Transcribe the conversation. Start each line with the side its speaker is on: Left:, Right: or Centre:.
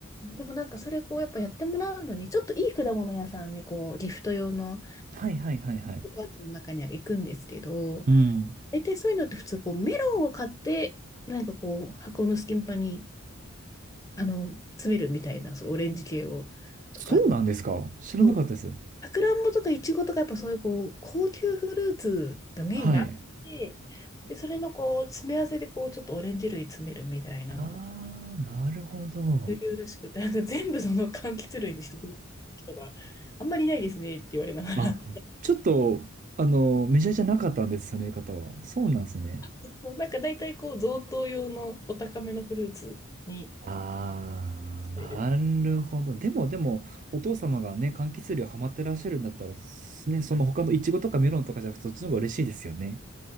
Left: でもなんかそれこうやっぱやってもらうのにちょっといい果物屋さんにこうギフト用の
Right: はいはいはいはい。
Left: パーツの中には行くんですけど
Right: うん。
Left: 大体そういうのって普通こうメロンを買ってなんかこう箱の隙間にあの詰めるみたいなそういうオレンジ系をとかあと
Right: そうなんですか知らなかったです。
Left: そうさくらんぼとかいちごとかやっぱそういうこう高級フルーツがメインなので、
Right: はい。
Left: でそれのこう詰め合わせでこうちょっとオレンジ類詰めるみたいなのが
Right: ああ、なるほど。
Left: 主流らしくて、なんか全部その柑橘類にしてくださいって人があんまりいないですねって言われながら、
Right: あ、ちょっと、あの、メジャーじゃなかったんです、その言い方は。そうなんですね。
Left: <laughs> なんか大体こう贈答用のお高めのフルーツに
Right: ああ、なるほど。
Left: 聞こる。
Right: でも、でも、お父様がね、柑橘類ハマってらっしゃるんだったら、すね、その他のイチゴとかメロンとかじゃなくて、そっちの方が嬉しいですよね。